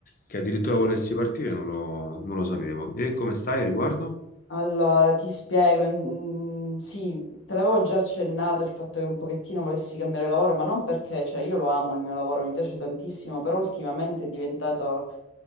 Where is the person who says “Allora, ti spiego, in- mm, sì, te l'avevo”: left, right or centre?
Left